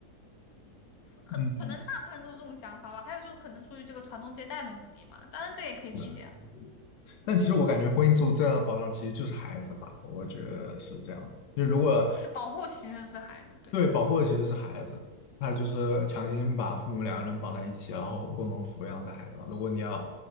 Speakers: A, on the left; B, on the left.
A: 可可能大部分人都是这种想法吧。
B: 嗯，
A: 还有就是可能出于这个传宗接代的目的嘛，当然这也可以理解。
B: 是的。但其实我感觉婚姻制度最大的保障其实就是孩子吧，我觉得是这样。就如果
A: 这保护其实是孩子，对，
B: 对，保护的其实是孩子，他就是强行把父母两个人绑在一起，然后共同抚养这孩子嘛。如果你要